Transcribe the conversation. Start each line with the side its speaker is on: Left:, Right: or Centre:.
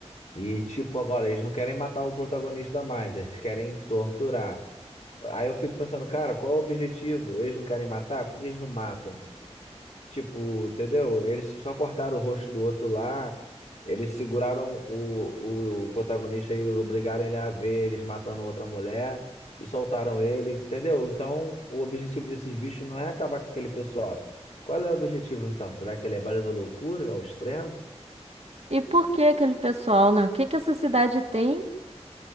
Left: E tipo, agora eles não querem matar o protagonista mais, eles querem torturar. Aí eu fico pensando, cara, qual o objetivo? Eles não querem matar? Por que eles não matam? Tipo, entendeu? Eles só cortaram o rosto do outro lá. Eles seguraram o, o, o protagonista e obrigaram ele a ver eles matando outra mulher e soltaram ele, entendeu? Então, o objetivo desses bichos não é acabar com aquele pessoal. Qual é o objetivo então? Será que é levar eles à loucura, ao extremo?
Right: E por que aquele pessoal, não? O que que essa cidade tem?